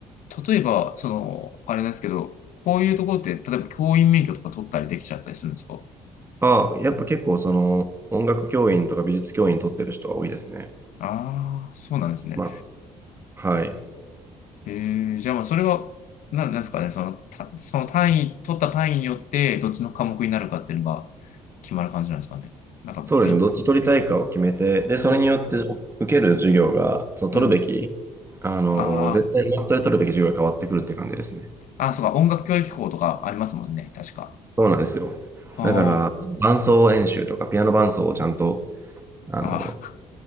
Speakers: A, on the left; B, on the right.
A: 例えば、その、あれですけど、こういうところって、例えば教員免許とか取ったりできちゃったりするんですか
B: ああ、やっぱ結構その音楽教員とか美術教員取ってる人は多いですね。
A: ああ、そうなんですね。
B: まあ、はい。
A: へえ、じゃあまあ、それは、なんなんですかね、その、た、その単位、取った単位によって、どっちの科目になるかっていうのが決まる感じなんですかね。なんか、
B: そうですね、
A: び、
B: どっち取りたいかを決めて、で、それによってお受ける授業が、
A: うん、
B: その取るべき、
A: うん。
B: あの、
A: あ
B: 絶対マストで取るべき授業が変わってくるって感じですね。
A: あ、あ、そうか、音楽教育校とかありますもんね、確か。
B: そうなんですよ。
A: は
B: だから、伴奏演習とか、ピアノ伴奏をちゃんと、あの、
A: あ、あ